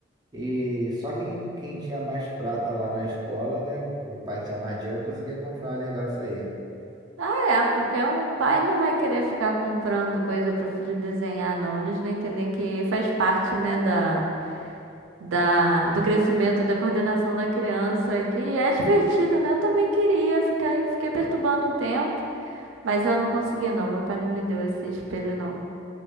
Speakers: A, on the right; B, on the right.
A: E só quem, quem tinha mais prata lá na escola, né? O pai que tinha mais dinheiro conseguia comprar, legal isso aí.
B: É, porque um pai não vai querer ficar comprando coisa para filho desenhar, não. Eles não entendem que faz parte, né, da da, do crescimento, da coordenação da criança, que é divertido, né? Eu também queria ficar, fiquei perturbando um tempo, mas eu não consegui, não. Meu pai não me deu esse espelho, não.